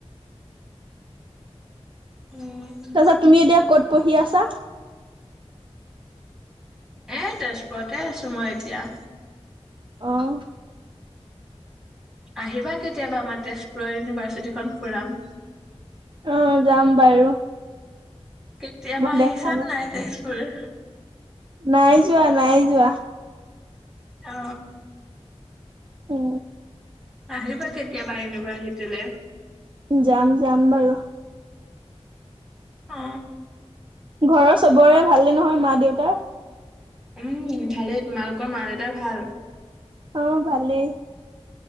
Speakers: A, in the centre; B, on the right (about 45°).
A: উম।
B: তাৰপাছত তুমি এতিয়া ক'ত পঢ়ি আছা?
A: এ তেজপুৰতে আছো মই এতিয়া।
B: অ'।
A: <inaudible> আহিবা কেতিয়াবা আমাৰ তেজপুৰৰ ইউনিভাৰ্চিটিখন ফুৰাম।
B: অ' যাম বাৰু।
A: কেতিয়াবা
B: মই দেখা
A: আহিছা নাই তেজপুৰ। <inaudible>
B: নাই যোৱা নাই যোৱা।
A: অ।
B: অ।
A: আহিবা কেতিয়াবা ইউনিভাৰ্চিটিলে।
B: যাম যাম বাৰু।
A: অ।
B: ঘৰৰ চবৰে ভালে নহয় মা দেউতাৰ।
A: উম ভালেই তোমালোকৰ মা দেউতা ভাল।
B: অ' ভালেই।